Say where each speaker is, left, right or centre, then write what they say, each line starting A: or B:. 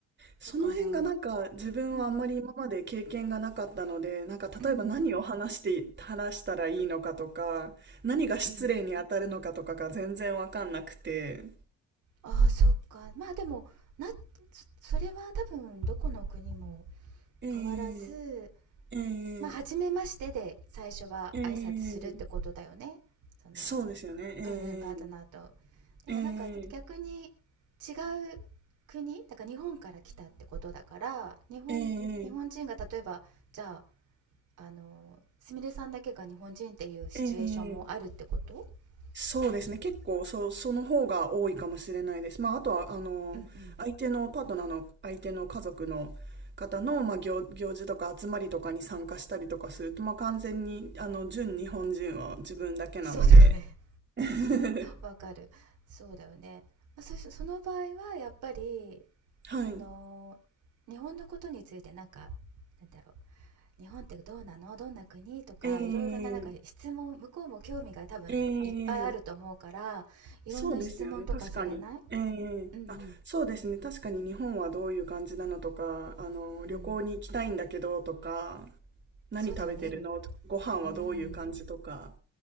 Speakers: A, on the right; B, on the right.
A: その辺がなんか自分はあんまり今まで経験がなかったので、
B: だからうん、
A: なんか例えば何を話して話したらいいのかとか、
B: うん
A: 何が失礼に当たるのかとかが全然わかんなくて。
B: うん、うん。ああ、そっか。まあ、でも、なそそれは多分どこの国も
A: え
B: 変わらず、
A: えええ
B: まあ、初めましてで最初は挨拶するってことだよね。
A: ええ
B: その、
A: そうですよね。
B: うんうん、パートナーと。でもなんか逆に
A: ええええ
B: 違う国、だから日本から来たってことだから、日本、
A: え
B: 日本人が例えば、
A: えええ
B: じゃあ、あの、すみれさんだけが日本人っていうシチュエーションもあるってこと
A: ええ、そうですね。
B: 例えば。
A: 結構、そ、その方が多いかもしれないです。まあ、あとは、あの、
B: うんうん。
A: 相手のパートナーの、相手の家族の方の、まあ、行、行事とか集まりとかに参加したりとかすると、まあ、完全に、あの、純日本人は自分だけなので。
B: そうだよね
A: <laughs>
B: わ、わかる。そうだよね。まあ、そし、その場合はやっぱり、
A: はい。
B: その、日本のことについてなんか、なんだろう。日本ってどうなのどんな国とか、
A: ええ、
B: いろいろななんか質問、向こうも興味が多分いっぱいあると思うから、
A: ええ、
B: いろんな質問とかされない
A: そうですよね。確かに。ええ、
B: うんうん。
A: あ、そうですね。確かに日本はどういう感じなのとか、あの、
B: うん。
A: 旅行に行きたいんだけどとか、何食べてるのとか、
B: そうだよね。今、
A: ご飯はどういう感じとか。
B: うん。